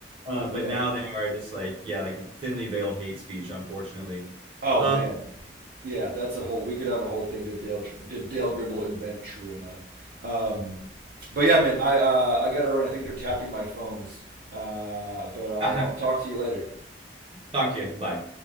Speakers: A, on the right; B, on the right.
A: Uh,
B: Yeah.
A: but now they are just like yeah, like thinly veiled hate speech, unfortunately.
B: Oh
A: Uh,
B: man. Yeah, that's a whole. We could have a whole thing. Did Dale did Dale Gribble invent Truanon? Um, but yeah, man, I uh, I gotta run. I think they're tapping my phones. Uh, but I'll
A: <laughs>
B: I'll talk to you later.
A: talk to you. Bye.